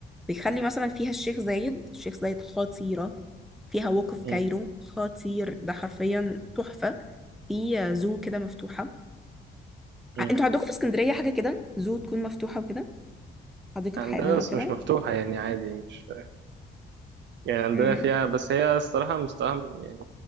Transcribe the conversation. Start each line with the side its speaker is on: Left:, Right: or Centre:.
Centre: بيخلي مثلا فيها الشيخ زايد الشيخ زايد خطيره فيها وقف كايرو
Right: مم.
Centre: خطير ده حرفيا تحفة في زو كده مفتوحة
Right: مم.
Centre: ع- انتوا عندكم في اسكندرية حاجة كده زو تكون مفتوحة وكده حديقة
Right: عندنا
Centre: حيوان أو
Right: بس
Centre: كده
Right: مش مفتوحة يعني عادي مش يعني عندنا
Centre: مم.
Right: فيها بس هي الصراحة مستواها يعني